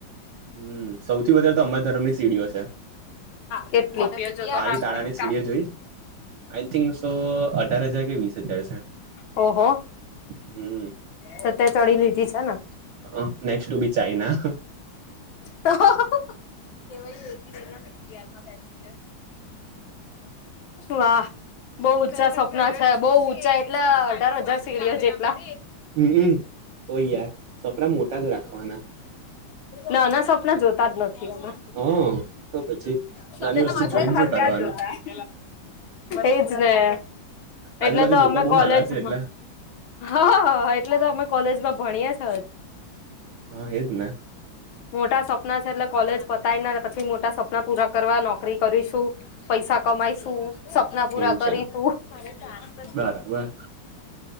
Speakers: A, on the right; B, on the left.
A: હમ સૌથી વધારે તો અમારા ધરમની સીડીઓ છે
B: પણ
A: પારી તાણાની સીડીઓ
B: <inaudible>
A: જોઈ આઈ થિંક સો અઢાર હજાર કે વીસ હજાર છે
B: ઓહો
A: હમ
B: તે તો ચડી લીધી છે ને
A: હ નેક્સ્ટ ટુ બી ચાઈના
B: <unintelligible> <unintelligible> વા બહુ ઊંચા સપના છે બઉ ઊંચા એટલે અઢાર હજાર સીડીઓ જેટલા
A: હમ તો યાર સપના મોટા જ રાખવાના
B: નાના સ્વપ્ના જોતા જ નથી અમે.
A: હ તો પછી
B: <unintelligible>
A: નાની વસ્તુ જોઈને શું કરવાનું
B: એજ ને
A: આજુબાજુ
B: એટલે તો
A: લોકો
B: અમે
A: બહુ
B: કોલેજમાં
A: નાના છે એટલે
B: હા હા એટલે તો અમે કોલેજમાં ભણીએ છે
A: હા એજ ને
B: મોટા સપના છે એટલે કોલેજ પતાય પછી મોટા સપના પૂરા કરવા નોકરી કરીશું પૈસા કમાઈશું સપના પૂરા
A: એવું
B: કરીશું.
A: છે બરાબર